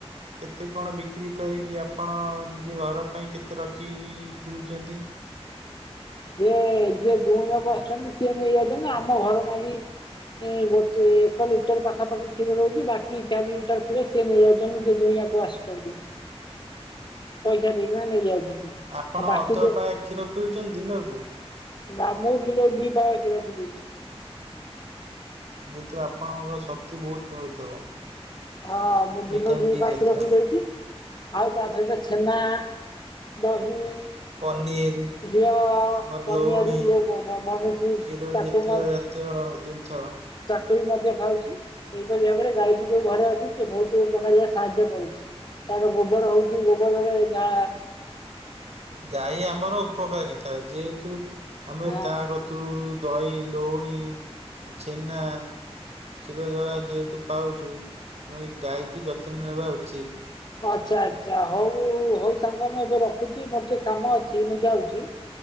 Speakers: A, on the right; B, on the left.
A: କେତେ କଣ ବିକ୍ରି କରିକି ଆପଣ ନିଜ ଘର ପାଇଁ କେତେ ରଖିକି ପିଉଛନ୍ତି।
B: ସିଏ ଯିଏ ଦୁହିଁ ଯକୁ ଆସୁଛନ୍ତି ସିଏ ନେଇଯାଉଛନ୍ତି ଆମ ଘର କିଏ ଯିଏ ଦୁହିଁବାକୁ ଆସୁଚନ୍ତି ସିଏ ନେଇଯାଉଚନ୍ତି ନା ଆମ ଘରେ ନାଗି ଗୋଟେ ଏକ ଲିଟର ପାଖାପାଖି କ୍ଷୀର ରହୁଛି। ବାକି ଚାରି ଲିଟର କ୍ଷୀର ସିଏ ନେଇଯାଉଛନ୍ତି। ଯିଏ ଦୁହିଁବାକୁ ଆସୁଛନ୍ତି। ପଇସା ଦେଇକିନା ନେଇଯାଉଛନ୍ତି।
A: ଆପଣ
B: ଆଉ ବାକି
A: ଅଧ
B: ଯୋଉ
A: ପାଏ କ୍ଷୀର ପିଉଛନ୍ତି ଦିନକୁ‌? ହଁ।
B: ନା ମୁଁ ବି ଯଉ ଦି ପାଏ କ୍ଷୀର ବି ଦଉଛି।
A: ଯେହେତୁ ଆପଣଙ୍କର ଶକ୍ତି ବହୁତ ମିଳୁଥିବ।
B: ହଁ ମୁଁ ଦିନକୁ
A: ଭିଟାମିନ୍
B: ଦି
A: ଡି
B: ପାଖି
A: ଜାତୀୟ।
B: କ୍ଷୀର ପି ଦଉଛି। ଆଉ ତା ସହିତ ଛେନା ଦହି
A: ପନିର
B: ଝିଅ
A: ଆମର
B: ପନିଅରି
A: ଲହୁଣୀ
B: ବନାଉଛି
A: କ୍ଷୀରରେ
B: ତାକୁ
A: ଯେତିକ
B: ମା
A: ଜାତୀୟ ଜିନିଷ
B: ତା ମଧ୍ୟ ଖାଉଛି ଏଇପରି ଭାବରେ ଗାଈଟି ଯୋଉ ଘରେ ଅଛି ସେ ବହୁତ ପ୍ରକାରିଆ ସାହାଯ୍ୟ କରୁଛି ତାର ଗୋବର ହଉଛି ଗୋବରରେ ଗା
A: ଗାଈ ଆମର ଉପକାରୀତା ଯେହେତୁ ଆମେ
B: ହଁ
A: ତା ଗତରୁ ଦହି, ଲୋହୁଣୀ, ଛେନା, କ୍ଷୀ ର ଯେହେତୁ ପାଉଛୁ ଆମେ ଗାଈକୁ ଯତ୍ନ ନେବା ଉଚିତ।
B: ଆଚ୍ଛା ଆଚ୍ଛା ହଉ ହଉ ସାଙ୍ଗ ମୁଁ ଏବେ ରଖୁଛି ମୋର ଟିକେ କାମ ଅଛି ମୁଁ ଯାଉଛି।